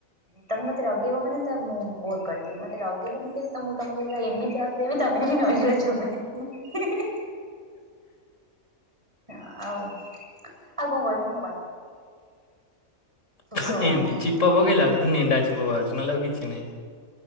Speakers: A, on the right (about 20°); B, on the left (about 60°).
A: ତମେ ମତେ ରଗେଇବ ମାନେ ତ ମୁଁ ବୋର୍ କରଦେବି ମତେ ରଗେଇବନି ଯଦ୍ ତ ମୁଁ ତମକୁ ଏମିତିଆ ହସେଇବି ତମେ ଯାଇଁକି ନଡ଼ିଆ ଗଛ ଉପରେ <unintelligible> ହଁ। ଆଉ ଆଉ କଁ କହିଲେ ମୋ ବା ଶୋଷ
B: ଥୁ
A: ଗଲାଣି
B: ଏମିତି
A: ଟିକେ
B: ଛିପ ପକେଇଲା ଏଳକୁୁ ନେଣ୍ଡା ଛେପ ବାହାରୁଚ଼ି ନହେଲେ ଆଉ କିଛି ନାଇଁ।